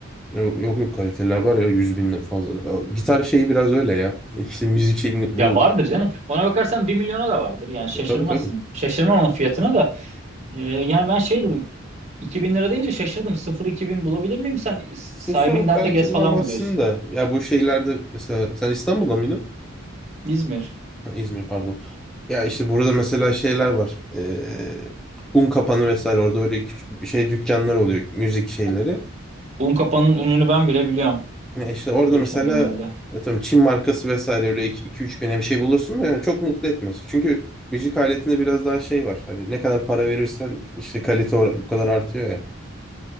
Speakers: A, in the centre; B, on the right.
A: Yok yok yok, kaliteliler var ya 100 bin fazla. O Gitar şeyi biraz öyle ya. İşte müzik şeyini bu
B: Ya vardır canım. Ona bakarsan bir milyona da vardır. Yani şaşırmazsın.
A: E, tabii tabii.
B: Şaşırmam onun fiyatına da. Ee, yani ben şey dedim. 2000 lira deyince şaşırdım. 0-2000 bulabilir miyim? Sen
A: Sıfır
B: s- sahibinden
A: belki
B: de gez
A: bulamazsın
B: falan mı diyorsun?
A: da. Ya bu şeylerde mesela sen İstanbul'da mıydın?
B: İzmir.
A: Ha, İzmir pardon. Ya işte burada mesela şeyler var. Ee, un kapanı vesaire orada böyle küçük şey dükkanlar oluyor. Müzik şeyleri.
B: Bu- Unkapanı'nın ününü ben bile biliyorum.
A: Ya işte orada
B: Gitmediğim
A: mesela
B: halde.
A: atıyorum Çin markası vesaire öyle iki üç bine bir şey bulursun da yani çok mutlu etmez. Çünkü müzik aletinde biraz daha şey var. Hani ne kadar para verirsen işte kalite o bu kadar artıyor ya.